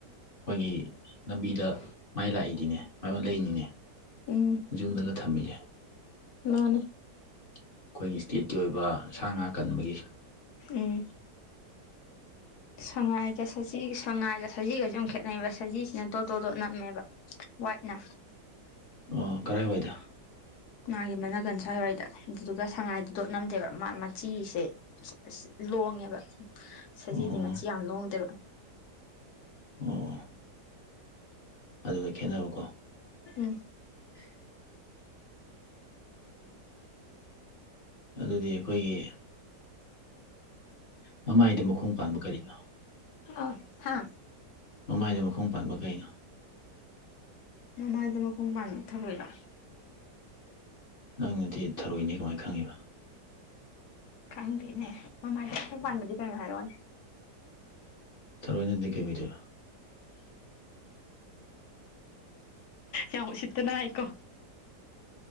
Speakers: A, on the left (about 35°); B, on the left (about 70°).
A: ꯑꯩꯈꯣꯏꯒꯤ ꯂꯝꯕꯤꯗ ꯃꯥꯏ ꯂꯥꯛꯏꯅꯤꯅꯦ ꯃꯥꯏ ꯑꫭꯜ ꯂꯛꯏꯅꯤꯅꯦ
B: ꯎꯝ
A: ꯖꯨꯗꯒ ꯊꯥꯝꯃꯤꯖꯦ
B: ꯃꯥꯅꯦ
A: ꯑꯩꯈꯣꯏꯒꯤ ꯏꯁꯇꯦꯠꯀꯤ ꯑꯣꯏꯕ ꯁꯥ ꯉꯥ ꯀꯟꯕꯒꯤ
B: ꯎꯝ ꯁꯉꯥꯏꯒꯥ ꯁꯖꯤ ꯁꯉꯥꯏꯒꯥ ꯁꯖꯤꯒꯁꯨ ꯌꯥꯝ ꯈꯦꯠꯅꯩꯕ ꯁꯖꯤꯁꯤꯅ ꯇꯣ ꯇꯣꯇꯣꯠ ꯅꯝꯃꯦꯕ ꯋꯥꯏꯠꯅ
A: ꯑꯣ ꯀꯔꯥꯏꯋꯥꯏꯗ
B: ꯃꯥꯒꯤ ꯃꯅꯥꯒꯟ ꯁ꯭ꯋꯥꯏꯋꯥꯏꯗ ꯑꯗꯨꯗꯨꯒ ꯁꯉꯥꯏꯗꯤ ꯗꯣꯠ ꯅꯝꯗꯦꯕ ꯃꯥ ꯃꯆꯤꯁꯦ ꯑꯁ ꯂꯣꯡꯉꯦꯕ ꯁꯖꯤꯗꯤ
A: ꯑꯣ
B: ꯃꯆꯤ ꯌꯥꯝ ꯂꯣꯡꯗꯦꯕ
A: ꯑꯣ ꯑꯗꯨꯗ ꯈꯦꯠꯅꯕꯀꯣ
B: ꯎꯝ
A: <unintelligible> ꯑꯗꯨꯗꯤ ꯑꯩꯈꯣꯏꯒꯤ ꯃꯃꯥꯏꯗ ꯃꯈꯣꯡ ꯄꯥꯟꯕ ꯀꯔꯤꯅꯣ
B: ꯑꯣ ꯍꯥ
A: ꯃꯃꯥꯏꯗ ꯃꯈꯣꯡ ꯄꯥꯟꯕ ꯀꯩꯅꯣ
B: ꯃꯃꯥꯏꯗ ꯃꯈꯣꯡ ꯄꯥꯟꯕ ꯊꯔꫭꯏꯔꫭ
A: ꯅꯪꯅꯗꯤ ꯊꯔꯣꯏꯅꯦ ꯀꯃꯥꯏ ꯈꯪꯉꯤꯕ
B: ꯈꯪꯗꯦꯅꯦ ꯃꯃꯥꯏꯗ ꯑꯈꯪ ꯄꯥꯟꯕꯗꯤ ꯀꯩꯅꯣ ꯍꯥꯏꯔꯛꯑꯣꯅꯦ
A: ꯊꯔꫭꯏ ꯅꯠꯇꯔꯗꯤ ꯀꯩ ꯑꫭꯏꯗꫭꯏꯕ
B: ꯌꯥꯝ ꯎꯁꯤꯠꯇꯅ ꯍꯥꯏꯀꯣ